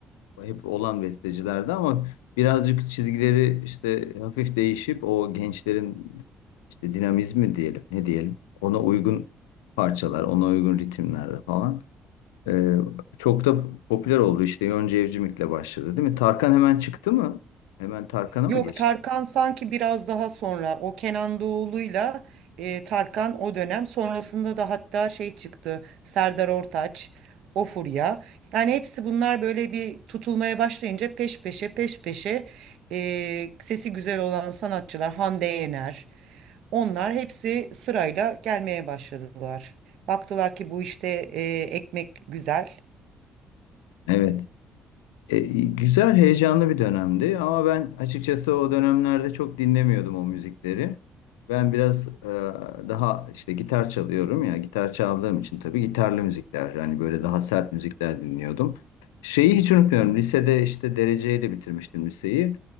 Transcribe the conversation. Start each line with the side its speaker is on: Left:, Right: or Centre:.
Left: e, hep olan bestecilerdi ama birazcık çizgileri işte hafif değişip o gençlerin işte dinamizmi diyelim, ne diyelim, ona uygun parçalar, ona uygun ritimlerde falan. Ee, çok da popüler oldu işte Yonca Evcimik'le başladı değil mi? Tarkan hemen çıktı mı? Hemen Tarkan'a
Right: Yok
Left: mı geçti?
Right: Tarkan sanki biraz daha sonra o Kenan Doğulu'yla e, Tarkan o dönem sonrasında da hatta şey çıktı Serdar Ortaç o furya yani hepsi bunlar böyle bir tutulmaya başlayınca peş peşe peş peşe e, sesi güzel olan sanatçılar Hande Yener onlar hepsi sırayla gelmeye başladılar. Baktılar ki bu işte e, ekmek güzel.
Left: Evet. E, güzel, heyecanlı bir dönemdi ama ben açıkçası o dönemlerde çok dinlemiyordum o müzikleri. Ben biraz e, daha işte gitar çalıyorum ya, gitar çaldığım için tabii gitarlı müzikler, yani böyle daha sert müzikler dinliyordum. Şeyi hiç unutmuyorum, lisede işte dereceyle bitirmiştim liseyi.